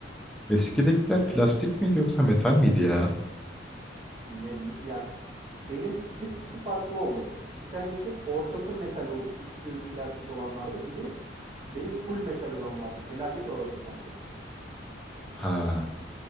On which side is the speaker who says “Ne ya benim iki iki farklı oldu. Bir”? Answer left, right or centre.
Right